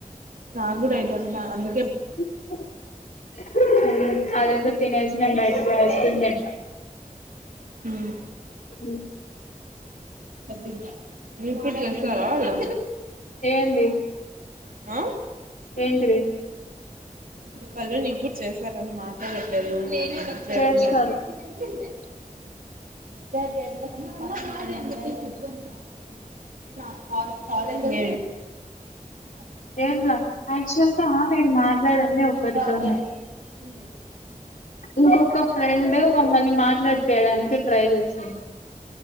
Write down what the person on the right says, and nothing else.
నా కూడా అయిత ఉంది అందు
మ్.
వద్దింక. మీగ్గుడ్ చేస్తారా వాళ్ళు.
అ.
వళ్ళు నీగ్గూడ్ చేసారని మాట్లాడట్లేదు నేన్. <unintelligible>
విద్యార్థి <unintelligible>
కాలేజ్